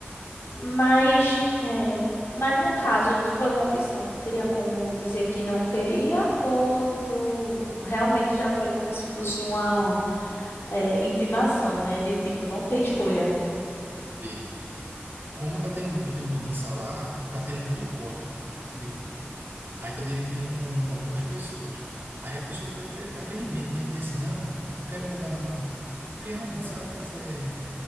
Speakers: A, on the left; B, on the right.
A: Mas, é, mas no caso, foi uma opção, tu teria como dizer que não queria ou tu realmente já foi como se fosse uma, é, intimação, né? De tipo, não tem escolha.
B: Porque como tá tendo muita mudança lá, tá tendo muito corte, entendeu? Aí tá demitindo um- algumas pessoas. Aí a pessoa fica com aquele aquele medo, né? Diz assim, não, não quero mudar, não. Porque realmente,
A: hum.
B: se ela quiser,